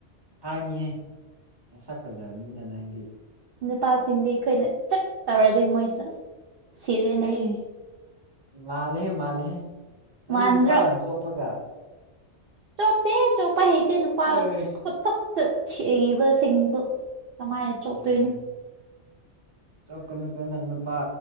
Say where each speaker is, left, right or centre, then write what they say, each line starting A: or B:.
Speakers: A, on the right; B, on the right.
A: ꯐꯥꯏꯅꯤꯍꯦ ꯅꯁꯛ ꯐꯖꯕꯅꯤꯅ ꯅꯪꯗꯤ
B: ꯅꯨꯄꯥꯁꯤꯡꯗꯤ ꯑꯩꯈꯣꯏꯅ ꯆꯞ ꯇꯧꯔꯗꯤ ꯃꯣꯏꯁꯨ ꯁꯤꯔꯦꯅꯦ
A: ꯑꯩ ꯃꯥꯜꯂꯦꯍꯦ ꯃꯥꯜꯂꯦꯍꯦ ꯅꯪꯗꯤ
B: ꯃꯥꯟꯗ꯭ꯔꯣ
A: ꯅꯨꯄꯥ ꯌꯥꯝ ꯆꯣꯞꯄꯒ
B: ꯆꯣꯞꯇꯦ ꯆꯣꯞꯄ ꯍꯩꯇꯦ ꯅꯨꯄꯥ
A: ꯑꯦ
B: ꯈꯨꯇꯛꯇ ꯊꯤꯕꯁꯤꯡꯕꯨ ꯀꯃꯥꯏꯅ ꯆꯣꯛꯇꯣꯏꯅꯣ
A: ꯎꯝ ꯆꯣꯞꯀꯅꯨꯀꯣ ꯅꯪ ꯅꯨꯄꯥ